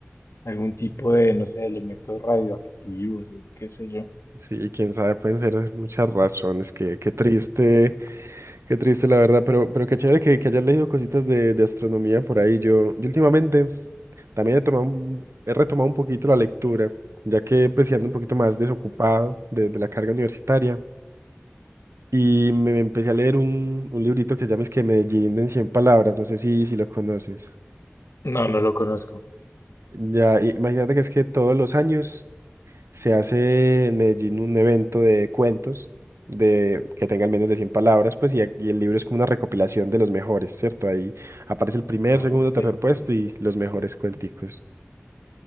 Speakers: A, on the left; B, on the right.
A: algún tipo de, no sé, elementos radioactivos o qué sé yo.
B: Sí, quién sabe, pueden ser muchas razones, qué, qué triste, qué triste la verdad, pero, pero qué chévere que, que hayas leído cositas de, de astronomía por ahí. Yo, yo últimamente también he tomado, un- he retomado un poquito la lectura, ya que pues sí ando un poquito más desocupado de, de la carga universitaria. Y me empecé a leer un, un librito que se llama es que Medellín en cien palabras, no sé si, si lo conoces.
A: No, no lo conozco.
B: Ya, i- imagínate que es que todos los años se hace en Medellín un evento de cuentos de, que tengan menos de 100 palabras, pues, y, a- y el libro es como una recopilación de los mejores, ¿cierto? Ahí aparece el primer,
A: Ah,
B: segundo,
A: Ok,
B: tercer puesto y los mejores cuenticos.